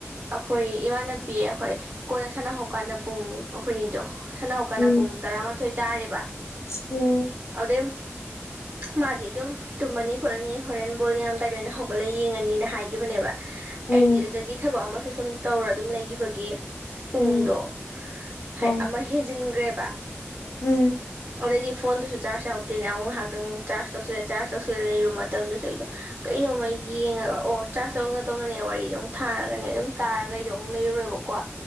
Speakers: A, on the right; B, on the left.
A: ꯑꯩꯈꯣꯏ ꯏꯃꯥꯟꯅꯄꯤꯌꯦ ꯑꯩꯈꯣꯏ ꯀꯣꯟꯅ ꯁꯥꯟꯅꯍꯧ ꯀꯥꯟꯗ ꯄꯨꯡ ꯑꯩꯈꯣꯏꯅꯤꯗꯣ ꯁꯥꯟꯅ ꯍꯧꯀꯥꯟꯗ
B: ꯎꯝ
A: ꯄꯨꯡ ꯇꯔꯥꯃꯥꯊꯣꯏ ꯇꯥꯔꯦꯕ
B: ꯎꯝ
A: ꯑꯗꯨꯗꯩ ꯃꯥꯗꯤ ꯑꯗꯨꯝ ꯇꯨꯝꯃꯅꯤ ꯈꯣꯠꯂꯅꯤ ꯍꯣꯔꯦꯟ ꯕꯣꯜ ꯌꯦ ꯑꯝꯗꯥꯏꯗꯅ ꯍꯧꯒꯠꯂ ꯌꯦꯡꯉꯅꯤꯅ ꯍꯥꯏꯒꯤꯈꯤꯕꯅꯦꯕ
B: ꯎꯝ
A: ꯑꯩꯗꯤ ꯑꯗꯨꯗꯒꯤ ꯊꯕꯛ ꯑꯃꯁꯨ ꯁꯨꯝ ꯇꯧꯔ ꯑꯗꯨꯝ ꯂꯩꯈꯤꯕꯒꯤ ꯄꯨꯡꯗꯣ
B: ꯎꯝ
A: ꯍꯥꯏ
B: ꯑꯥ
A: ꯑꯃ ꯍꯦꯟꯖꯤꯟꯈ꯭ꯔꯦ
B: ꯎꯝ
A: ꯑꯗꯨꯗꯩꯗꯤ ꯐꯣꯟꯗꯨꯁꯨ ꯆꯥꯔꯖ ꯌꯥꯎꯛꯇꯦꯅꯦ ꯑꯃꯨꯛ ꯉꯥꯏꯍꯥꯛꯇꯪ ꯆꯥꯔꯖ ꯇꯧꯁꯤꯜꯂ ꯆꯥꯔꯖ ꯇꯧꯁꯤꯜꯂ ꯂꯩꯔꯨ ꯃꯇꯝꯗꯨꯁꯨ ꯑꯩꯗꯣ ꯀ ꯀꯩꯅꯣꯡꯃ ꯌꯦꯡꯉꯒ ꯑꯣ ꯆꯥꯔꯖ ꯇꯧꯅ ꯇꯧꯅꯅꯦ ꯋꯥꯔꯤꯗ ꯑꯃꯨꯛ ꯊꯥꯔꯒꯅꯦ ꯑꯗꯨꯝ ꯇꯥꯔꯒꯩꯗꯣ ꯑꯃꯨꯛ ꯂꯩꯔꯨꯔꯦꯕꯀꯣ